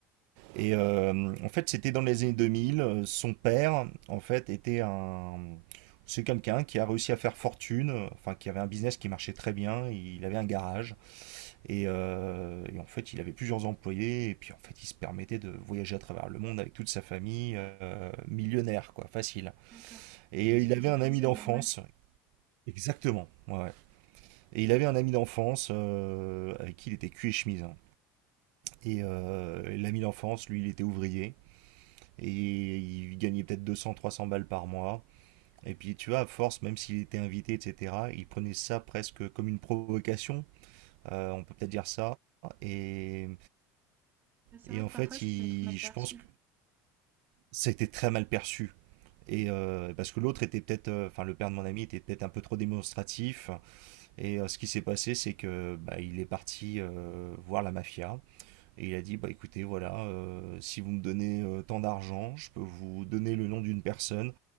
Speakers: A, on the right; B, on the right.
A: Et euh, en fait, c'était dans les années 2000. euh, Son père, en fait, était un, c'est quelqu'un qui a réussi à faire fortune, enfin qui avait un business qui marchait très bien. Il avait un garage.
B: D'accord,
A: Et, euh, et en fait, il avait plusieurs employés, et puis en fait, il se permettait de voyager à travers le monde avec toute sa famille, euh, millionnaire, quoi, facile.
B: d'accord.
A: Et
B: Oui, il
A: il
B: se faisait
A: avait un
B: plaisir,
A: ami d'enfance,
B: normal.
A: exactement, ouais. ouais. Et il avait un ami d'enfance euh, avec qui il était cul et chemise. hein. Et euh, l'ami d'enfance, lui, il était ouvrier, et
B: Oui.
A: il gagnait peut-être deux cents, trois cents balles par mois. Et puis, tu vois, à force, même s'il était invité, etc., il prenait ça presque comme une provocation, euh, on peut peut-être dire ça. Et,
B: Mais C'est
A: et
B: vrai
A: en
B: que
A: fait,
B: parfois ça
A: il,
B: peut être mal perçu.
A: je pense c'était très mal perçu. Et euh, parce que l'autre était peut-être, euh, enfin le père de mon ami était peut-être un peu trop démonstratif. Et euh, ce qui s'est passé, c'est que bah, il est parti euh, voir la mafia et il a dit, bah écoutez, voilà, euh, si vous me donnez euh, tant d'argent, je peux vous donner le nom d'une personne